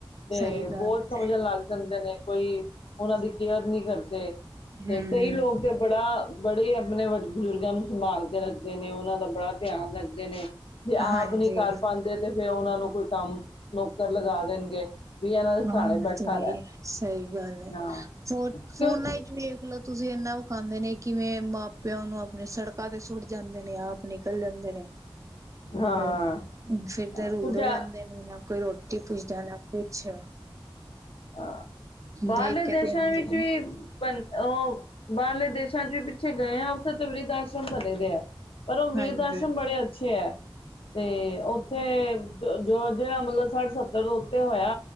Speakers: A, on the left (about 85°); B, on the right (about 35°).
A: ਤੇ
B: ਸਹੀ ਗੱਲ
A: ਬੌਛ ਸਮਝਣ
B: ਹੈ
A: ਲੱਗ ਜਾਂਦੇ ਨੇ। ਕੋਈ ਉਹਨਾਂ ਦੀ ਕੇਅਰ ਨੀ ਕਰਦੇ
B: ਹੂੰ
A: ਤੇ ਕਈ ਲੋਕ ਤੇ ਬੜਾ ਬੜੇ ਆਪਣੇ ਵੱਡੇ ਬਜ਼ੁਰਗਾਂ ਨੂੰ ਸੰਭਾਲ ਕੇ ਰੱਖਦੇ ਨੇ ਉਹਨਾਂ ਦਾ ਬੜਾ ਧਿਆਨ ਰੱਖਦੇ ਨੇ। ਜੇ ਆਪ
B: ਹਾਂਜੀ
A: ਨਹੀਂ ਕਰ ਪਾਉਂਦੇ ਤੇ ਫਿਰ ਉਹਨਾਂ ਨੂੰ ਕੋਈ ਕੰਮ ਨੌਕਰ ਲਗਾ ਦੇਣਗੇ। ਵੀ ਇਹਨਾਂ ਦੇ ਸਹਾਣੇ
B: ਹਾਂ,
A: ਬੈਠਾ
B: ਤਾਂਹੀ
A: ਰਹਿ
B: ਸਹੀ ਗੱਲ ਹੈ
A: ਹਾਂ
B: ਫੋਨ-ਫੋਨਾਂ
A: ਕਿਉਂ
B: ਵਿੱਚ ਵੇਖਲੋ ਤੁਸੀਂ ਇੰਨਾ ਵਖਾਂਦੇ ਨੇ ਕਿਵੇਂ ਮਾਂ ਪਿਓ ਨੂੰ ਤੇ ਸੜਕਾਂ ਤੇ ਸੁੱਟ ਜਾਨ ਦਿਨੇ ਆਪ ਨਿਕਲ ਜਾਂਦੇ ਨੇ। <unintelligible>
A: ਹਾਂ
B: ਫਿਰਦੇ ਰੁਲਦੇ
A: ਕੁਝ ਹਾਂ
B: ਰਹਿੰਦੇ ਨੇ ਨਾ ਕੋਈ ਰੋ <unintelligible>
A: ਹਾਂ, ਬਾਹਰਲੇ
B: ਦੇਖ ਕੇ
A: ਦੇਸਾਂ
B: ਤੇ ਹਾਂਜੀ
A: ਵਿੱਚ ਵੀ ਬੰ ਉਹ ਬਾਹਰਲੇ ਦੇਸਾਂ ਚ ਵੀ ਪਿੱਛੇ ਗਏ ਆ। ਉੱਥੇ ਤਾਂ ਵਰਿਧ ਆਸ਼ਰਮ ਬਣੇ ਪਏਐ। ਪਰ, ਉਹ ਵਿਰਧ
B: ਹੂੰ
A: ਆਸ਼ਰਮ ਬੜੇ ਅੱਛੇ ਐ, ਤੇ ਉੱਥੇ ਜੋ-ਜੋ ਜਿਹੜਾ ਮਤਲਬ ਸੱਠ-ਸੱਤਰ ਤੋਂ ਉੱਤੇ ਹੋਇਆ।